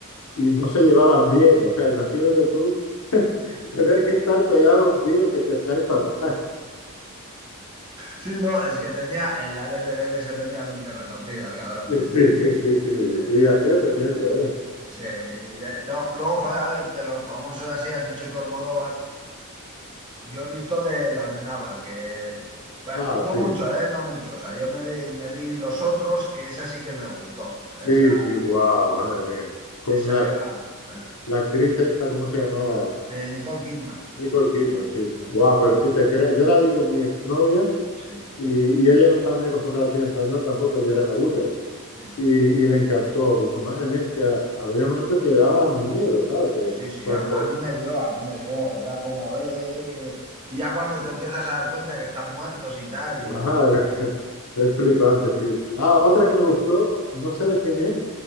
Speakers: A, on the left; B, on the right.
A: y no se llevaban bien, o sea, imagínate tú <laughs> tener que estar pegado a un tío que te cae fatal. <laughs>
B: Sí, no, es que tenía, el Alex de la Iglesia tenía mente retorcida, el cabrón.
A: Sí, sí, sí, sí, sí,
B: Sí,
A: y así entendiendo, ¿eh?
B: sí, eh, no, luego, joder, a ver, de los famosos así, has dicho tú Almodóvar. Yo he visto de la Amenábar, que pa-
A: Ah,
B: no
A: sí,
B: mucho, ¿eh? No mucho. O sea, yo me vi, me vi los otros, que esa sí que me gustó. O sea,
A: sí,
B: esa,
A: sí, guau, madre mía. Con
B: esa
A: la,
B: era <laughs>
A: la actriz esta, ¿cómo se llamaba?
B: eh, Nicole Kidman.
A: Nicole Kidman, sí.
B: eh,
A: Guau, pero sí te creas, yo la vi con mi exnovia
B: sí,
A: Y, y ella no estaba muy acostumbrada al cine español tampoco, ella era la búlgara.
B: sí.
A: Y, y le encantó, me dijo, madre mía, es que a había momentos que daba miedo, ¿sabes? Que
B: Sí, sí,
A: cuando,
B: a, a mí me dio, a mí me dio. Era como, eh, eh, eh", que... Y ya cuando te empiezas a dar cuenta que están muertos y tal,
A: madre,
B: y buah,
A: <laughs> es flipante, sí. Ah, otra que me gustó, no sé de quién es,